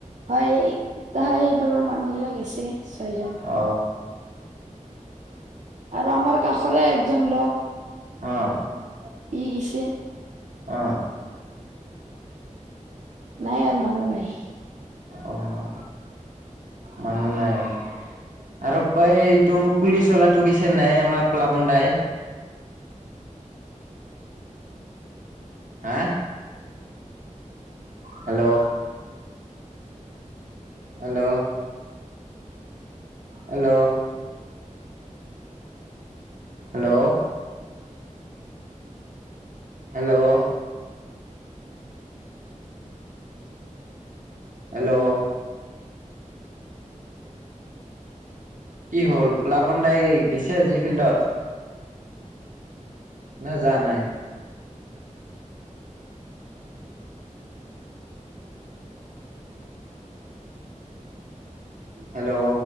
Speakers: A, on the right (about 65°); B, on the right (about 85°).
A: হয় সেইফালৰ মানুহ বিলাক গৈছে ছয় জন।
B: অ।
A: আৰু আমাৰ কাষৰে একজন লোক
B: অৱ,
A: গেছে
B: অৱ।
A: নাই আৰু মানুহ নাই।
B: অহ মানুহ নাই আৰ। আৰু এইটো পুলিচ অলাটো গিছে নাই আমাৰ প্লাবন দাই। হা hello hello, hello hello hello hello কি হ'ল প্লাবন দাই গিছে আজি ফিল্ডত? না যোৱা নাই? হেল্ল'